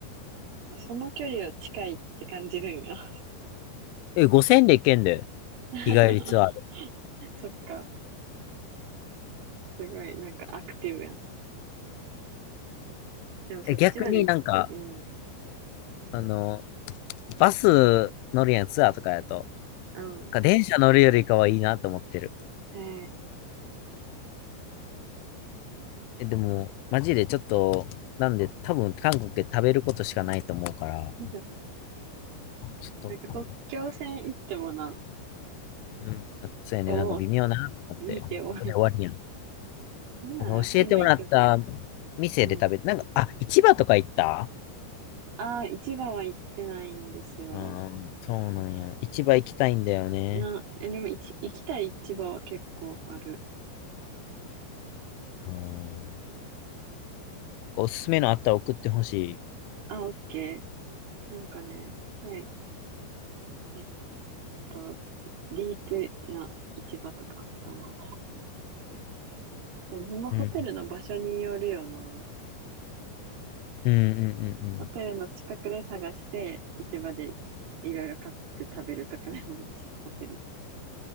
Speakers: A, on the right; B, on the left.
A: あ、その距離を近いって感じるんや。
B: え、5000で行けんで、
A: <laughs>
B: 日帰りツアーで。
A: そっか。すごい、なんかアクティブやな。でもそっちまで、
B: え、逆になんか、
A: うん、
B: あの、バス乗るやん、ツアーとかやと。
A: うん。
B: なんか電車乗るよりかはいいなと思ってる。
A: へ
B: え、でも、マジでちょっと、なんで、多分、韓国で食べることしかないと思うから、
A: え。<laughs>
B: ちょっと、
A: なんか国境線行ってもな、
B: うん、そうやね、
A: を
B: なんか微妙だなと思って、
A: 見ておい。
B: ここで終わりやん
A: なんなら島行くの。
B: なんか教えてもらった店で食べて、
A: うん。
B: なんか、あ、市場とか行った
A: ああ、市場は行ってないんですよ。
B: うんそうなんや。市場行きたいんだよね。
A: な、え、でもいち行きたい市場は結構ある。
B: うん。なんかおすすめのあったら送ってほしい。
A: あ、オッケー。なんかね、すごい、えっと、ディープな市場とかあったな。でもほんまホテルの場所によるよな。
B: うん。うんうんうんうん。
A: ホテルの近くで探して、市場でいろいろ買って食べるとかでもいいし、ホテル。